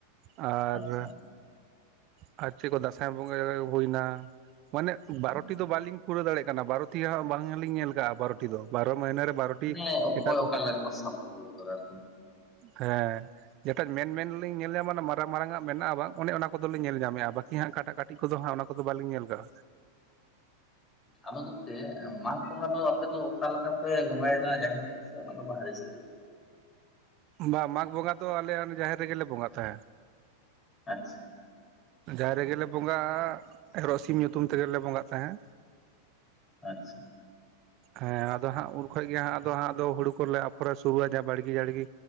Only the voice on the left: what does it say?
ᱟᱪᱪᱷᱟ
ᱦᱩᱸ᱾
ᱢᱟᱱᱮ ᱚᱠᱚᱭ
ᱚᱠᱟ ᱞᱮᱠᱟ ᱠᱚ ᱥᱟᱵ ᱟᱜᱩᱣ ᱠᱟᱫᱟ ᱟᱨᱠᱤ᱾
ᱟᱫᱚ ᱜᱚᱝᱠᱮ ᱢᱟᱜᱽ ᱵᱚᱸᱜᱟ ᱫᱚ ᱟᱯᱮ ᱫᱚ ᱚᱠᱟ ᱞᱮᱠᱟ ᱯᱮ ᱵᱚᱸᱜᱟᱭ ᱮᱫᱟ ᱡᱟᱦᱮᱨ ᱨᱮ? ᱥᱮ ᱚᱱᱟ ᱫᱚ ᱵᱟᱦᱟᱨ ᱥᱮᱫᱨᱮ?
ᱟᱪᱪᱷᱟ᱾
ᱟᱪᱪᱷᱟ᱾